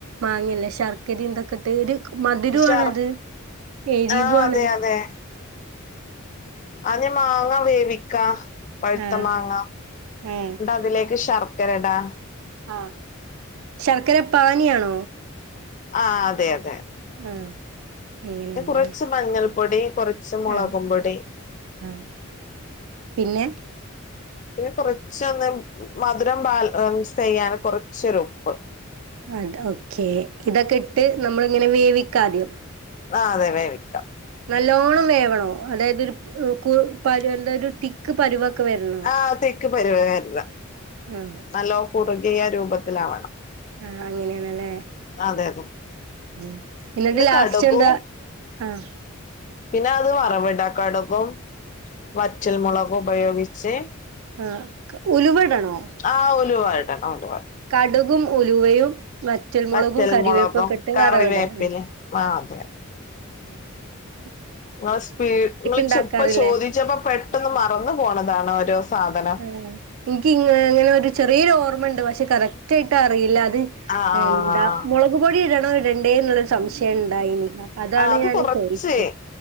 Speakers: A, on the right; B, on the left.
A: മാങ്ങല്ലേ ശർക്കരിം ഇതൊക്കെ ട്ട് ഒര് മധ് രോണത്
B: ഷർ
A: എരിവ്വുആണ്
B: ആഹ് അതെ അതെ ആദ്യം മാങ്ങ വേവിക്ക പഴുത്ത
A: ആഹ്
B: മാങ്ങ
A: ആഹ്
B: ന്ന്ട്ട് അതിലേക്ക് ശർ ക്കരടാ
A: ആഹ് ശർക്കര പാനിയാണോ
B: ആഹ് അതെ അതെ
A: ആഹ് അങ്ങനെയാണല്ലേ
B: പിന്നെ കുറച്ച് മഞ്ഞൾപ്പൊടി കുറച്ച് മുളകും
A: ആഹ്
B: പൊടി
A: ആഹ് പിന്നെ
B: പിന്നെ കൊറച്ചൊന്ന് മധുരം ബാല ൻ സ്സ്‌ ചെയ്യാൻ കൊറച്ച് ഒര് ഉപ്പ്
A: അത് ഓക്കെ ഇതൊക്കെ ഇട്ട് നമ്മൾ ഇങ്ങനെ വേവിക്കാദ്യം
B: ആഹ് അതെ വേവിക്
A: നല്ലോണം വേവണോ അതായത് ഒരു പ് കു പ ര ന്ന ര് ത്തി ക്ക്‌ പരുവൊക്കെ വെര്ണ
B: ആഹ് ത്തിക്ക് പരുവം വെര്നം
A: ആഹ്
B: നല്ലോം കുറുകിയ രൂപത്തിലാവണം
A: ആഹ് അങ്ങനെയണല്ലേ
B: അതെ അതെ
A: ഉം ഇന്ന്ട്ട്
B: പിന്നെ
A: യാസ്റ്റ്
B: കടുകും
A: എന്താ ആഹ്
B: പിന്നെ അത് വറവ്ടാ കട്‌കും വറ്റൽ മുളകും ഉപയോഗിച്ച്
A: ആഹ ക ഉലുവടണോ
B: ആഹ് ഉലുവ ഇടണൊണ്ട്
A: കടുകും ഉലുവയും വ റ്റൽ മുളകും
B: വറ്റൽമുളകും
A: കരിവേപ്പൊക്കെട്ട്
B: കറിവേപ്പിലിം
A: വറവ്ടാ ഉം
B: ആ അതെ
A: ഉം ഉം
B: ങ്ങള് സ്പീ ങ്ങള്
A: ഇണ്ടാക്കാറില്ലേ
B: ചു പ്പ ചോദിച്ചപ്പോ പെട്ടെന്ന് മറന്ന് പോണതാണ് ഓരോ സാധനം
A: ഏഹ് ഇൻകിങ്ങനെലൊ ഒരു ചെറിയൊരു ഓർമ്മണ്ട് പക്ഷെ കറക്റ്റ് ആയിട്ട് അറിയില്ല അത്
B: ആഹ്
A: എന്താ
B: ആഹ്
A: മുളക് പൊടി ഇടണോ ഇടണ്ടേന്ന് ള്ളര് സംശയണ്ടായിനി അഹ് അതാണ്
B: ആ അത്
A: ഞാന്
B: കൊറച്ച്
A: ചോയിച്ചേ